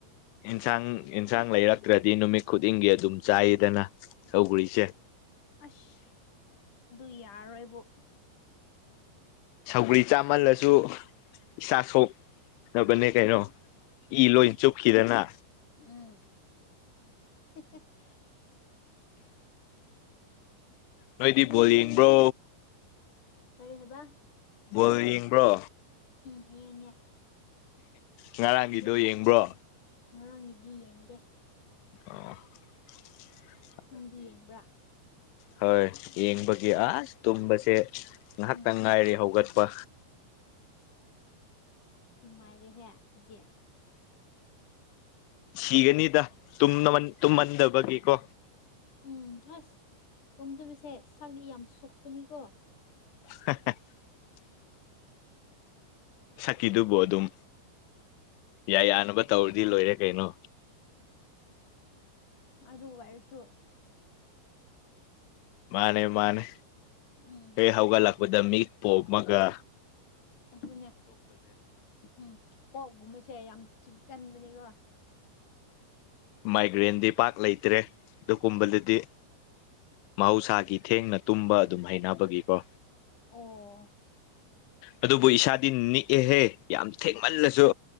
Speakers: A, on the left (about 85°); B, on the left (about 45°).
A: ꯏꯟꯁꯥꯡ ꯏꯟꯁꯥꯡ ꯂꯩꯔꯛꯇ꯭ꯔꯗꯤ ꯅꯨꯃꯤꯠ ꯈꯨꯗꯤꯡꯒꯤ ꯑꯗꯨꯝ ꯆꯥꯏꯗꯅ ꯁꯒ꯭ꯔꯤꯁꯦ
B: ꯑꯁ ꯑꯗꯨ ꯌꯥꯔꯣꯏꯕꯣ
A: ꯁꯧꯒ꯭ꯔꯤ ꯆꯥꯃꯜꯂꯁꯨ ꯏꯁꯥ ꯁꯣꯛꯅꯕꯅꯦ ꯀꯩꯅꯣ
B: ꯎꯝ
A: ꯏ ꯂꯣꯏ ꯆꯨꯞꯈꯤꯗꯅ
B: ꯎꯝ <inaudible>
A: ꯅꯣꯏꯗꯤ
B: ꯅꯪꯗꯤ
A: ꯕꯣꯜ ꯌꯦꯡꯕ꯭ꯔꯣ
B: ꯀꯔꯤ ꯍꯦꯕ
A: ꯕꫭꯜ ꯌꯦꯡꯕ꯭ꯔꯣ
B: ꯌꯦꯡꯉꯦ
A: ꯉꯔꯥꯡꯒꯤꯗꯣ
B: ꯑꯗꯨꯕꯨ
A: ꯌꯦꯡꯕ꯭ꯔꯣ
B: ꯉꯔꯥꯡꯒꯤꯗꯤ ꯌꯦꯡꯗꯦ
A: ꯑꫭ
B: ꯅꯪꯗꯤ ꯌꯦꯡꯕ꯭ꯔꯥ
A: ꯍꯣꯏ ꯌꯦꯡꯕꯒꯤ
B: ꯑꯣ
A: ꯑꯁ ꯇꯨꯝꯕꯁꯦ ꯉꯥꯏꯍꯥꯛꯇꯪ
B: ꯎꯝ
A: ꯉꯥꯏꯔꯤ ꯍꯧꯒꯠ ꯄꯥ
B: ꯅꯨꯡꯉꯥꯏꯔꯦꯍꯦ ꯑꯗꯨꯗꯤ
A: ꯁꯤꯒꯅꯤꯗ ꯇꯨꯝꯅꯃꯟ ꯇꯨꯝꯃꯟꯗꯕꯒꯤꯀꯣ
B: ꯎꯝ ꯑꯁ ꯇꯨꯝꯗꯕꯤꯁꯦ ꯁꯛꯂꯤ ꯌꯥꯝ ꯁꯣꯛꯄꯅꯤꯀꯣ
A: <inaudible> ꯁꯛꯀꯤꯗꯨꯕꯣ ꯑꯗꯨꯝ ꯌꯥꯏ ꯌꯥꯅꯕ ꯇꯧꯔꯗꯤ ꯂꯣꯏꯔꯦ ꯀꯩꯅꯣ
B: ꯑꯗꯨ ꯑꯣꯏꯔꯁꯨ
A: ꯃꯥꯅꯦ ꯃꯥꯅꯦ
B: ꯎꯝ
A: ꯍꯦ ꯍꯧꯒꯠꯂꯛꯄꯗ ꯃꯤ ꯄꯣꯠꯝꯃꯒ
B: ꯑꯗꯨꯅꯦ ꯎꯝ ꯀꯣꯛꯒꯨꯝꯕꯁꯦ ꯌꯥꯝ ꯆꯤ ꯀꯟꯕꯅꯦꯀꯣ
A: ꯃꯥꯏꯒ꯭ꯔꯦꯟꯗꯤ ꯄꯥꯛ ꯂꯩꯇ꯭ꯔꯦ ꯑꯗꯨ ꯀꯨꯝꯕꯗꯗꯤ
B: ꯎꯝ
A: ꯃꯍꯧꯁꯥꯒꯤ ꯊꯦꯡꯅ ꯇꯨꯝꯕ ꯑꯗꯨꯝ ꯍꯩꯅꯕꯒꯤꯀꯣ
B: ꯑꯣ
A: ꯑꯗꯨꯕꯨ ꯏꯁꯥꯗꯤ ꯅꯤꯛꯑꯦꯍꯦ ꯌꯥꯝ ꯊꯦꯡꯃꯜꯂꯁꯨ